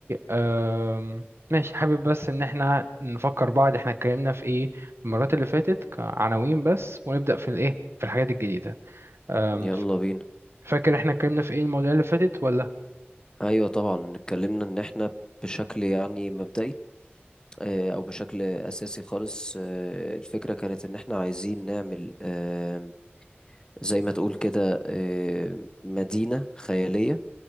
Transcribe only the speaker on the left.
يلا
بينا
ايوه طبعا اتكلمنا ان احنا بشكل يعني مبدئي آه، او بشكل اساسي خالص آه، الفكره كانت ان احنا عايزين نعمل آه، زي ما تقول كده آه، مدينه خياليه